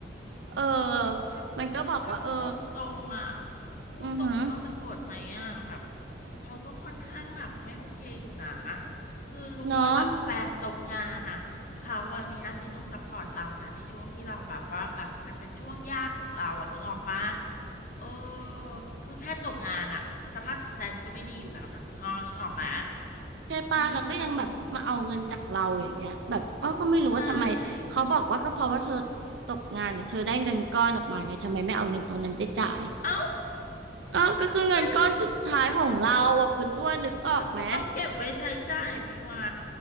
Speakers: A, on the right; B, on the left.
A: เออ
B: อุ้ยถ้า
A: มันก็บอกว่าเออ
B: ถ้าพูดตรงตรงอ่ะพูดตรงๆคุณอ้อจะโกรธไหมอ่ะแบบ
A: อือหือ
B: เขาก็ค่อนข้างแบบไม่โอเคอยู่นะคือรู้ว่าแบบแฟนตกงานอ่ะเขาอะมีหน้าที่ต้องซัพพอร์ตเรานะในช่วงที่เราแบบว่าแบบมันเป็นช่วงยากของเราอ่ะนึกออกปะ
A: เนาะ
B: เออคือแค่ตกงานอ่ะสภาพจิตใจมันก็ไม่ดีอยู่แล้วนะคุณอ้อนึกออกไหม
A: ใช่ป่ะแล้วก็ยังแบบมาเอาเงินจากเราอย่างเงี้ยแบบอ้อก็ไม่รู้ว่าทำไมเขาบอกว่าก็เพราะว่าเธอ
B: อืมใช่
A: ตกงานอะเธอได้เงินก้อนออกมาไงทำไมไม่เอาเงินตรงนั้นไปจ่าย
B: เอ้า
A: อ้อก็คือเงินก้อนสุดท้ายของเราอ่ะคุณอ้วนนึกออกไหม
B: เฮ้ย เราก็ต้องเก็บไว้ใช้จ่ายไหมวะ